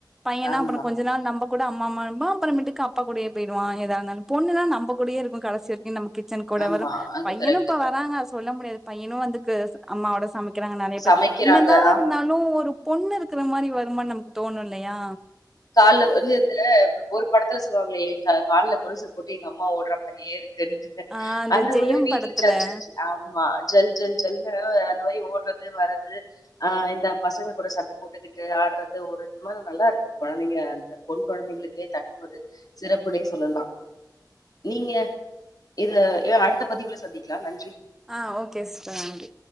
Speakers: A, in the centre; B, on the left.
A: பையன்ன
B: ஆமா,
A: அப்பறம் கொஞ்ச நாள் நம்ப கூட அம்மா மாரி தான் அப்பறமேட்டுக்கு அப்பா கூடையே போயிடுவான் எதா இருந்தாலும் பொண்ணுதா நம்ப கூடயே இருக்கும் கடைசி வரைக்கு நம்ம கிட் ச்சன் கூட
B: ஆமா.
A: வரு
B: அது
A: பையனும்
B: கரெக்ட்டு
A: இப்ப
B: தான்.
A: வராங்க சொல்ல முடியாது பையனும் வந்துக்கு அம்மாவோட சமைக் கிறாங்க நறையா பேர்
B: சமைக்கிறாங்க
A: என்னதான்
B: ஆமா
A: இருந்தாலும் ஒரு பொண்ணு இருக்குற மாரி வருமான் நமக்கு தோணும் இல்லயா
B: கால்ல வந்து இந்த ஒருப் படத்துல சொல்லுவாங்களே ஏ க கால்ல கொழுச போட்டு எங்க அம்மா ஓட்ற மாரியே இருக்குன்ட்டு டு
A: ஆ
B: அந்த
A: ஜெயம்
B: ஒரு வீட்ல
A: படத்துல
B: ஜல் ஜல் ஜி ஆம் மா ஜல் ஜல் ஜல்னு அது மாரி ஓட்றது வறது அ இந்த பசங்க கொட சண்ட போட்டுக்கிட்டு ஆட்றது ஒரு இது மா நல்லாருக்கு கொழந்தைங்க அந்த பொன் கொழந்தைங்களுக்கே தனி ஒரு சிறப்புனே சொல்லலா நீங்க இதுல ஏ அடுத்த பதிவுல சந்திக்கலா நன்றி
A: ஆஹ் ஓகே சிஸ்டர் நன்றி